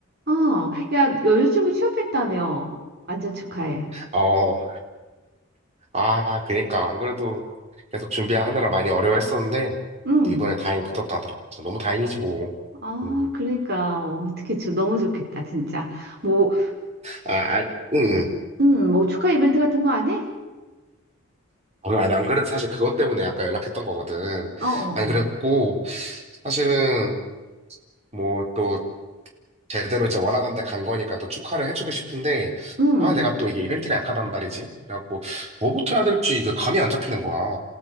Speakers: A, on the right; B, on the right.
A: 어, 야, 여자친구 취업했다며. 완전 축하해.
B: 어, 아, 그니까. 안 그래도 계속 준비하느라 많이 어려워했었는데,
A: 응.
B: 이번에 다행히 붙었다 하더라. 진짜 너무 다행이지, 뭐.
A: 아,
B: 음.
A: 그러니까, 어, 어떻게, 저 너무 좋겠다, 진짜. 뭐,
B: 아, 아, 응.
A: 음, 뭐, 축하 이벤트 같은 거 안 해?
B: 어, 아, 안 그래도 사실 그것 때문에 약간 연락했던 거거든.
A: 어, 어,
B: 아니,
A: 어.
B: 그래갖고, 사실은, 뭐, 또, 제대로 이제 원하던 데 간 거니까 또 축하를 해주고 싶은데,
A: 응.
B: 아, 내가 또 이게 이벤트가 약하단 말이지. 그래갖고, 뭐부터 해야 될지 이게 감이 안 잡히는 거야.